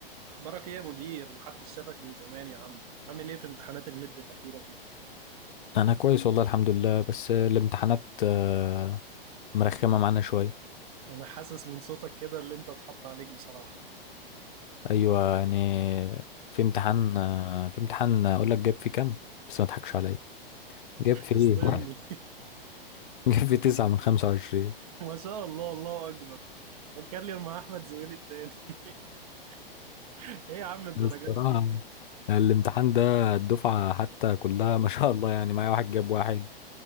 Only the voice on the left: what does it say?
انا كويس والله الحمد لله بس الامتحانات آه، مرخمه معانا شويه
ايوه يعني في امتحان آه، في امتحان اقول لك جاب فيه كام بس ما تضحكش عليا جاب فيه
<laughs>
جاب فيه تسعة من خمسة وعشرين
الصراحة
الامتحان ده الدفعة حتى كلها ما شاء الله يعني معايا واحد جاب واحد